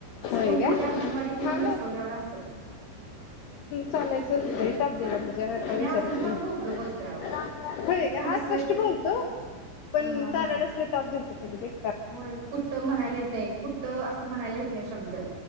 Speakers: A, on the left; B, on the right.
A: होय
B: स्कूल
A: का
B: मध्ये अंगणवाडीत नेऊन
A: हा
B: बसवल्यावर अस
A: चालायचंच लै ताप दिला म्हणजे काय
B: आणि
A: विचारच
B: अजून पण बोबडं बोलतोय अहो
A: नाही होय
B: इतकं
A: का
B: हसू
A: हा स्पष्ट
B: येतंय
A: बोलतो पण
B: हं हं
A: चालायलाच
B: हं
A: लय ताप दिलता त्याने बेकार
B: होय कुठं म्हणायला येत नाही कुठं असं म्हणायला येत नाही शब्द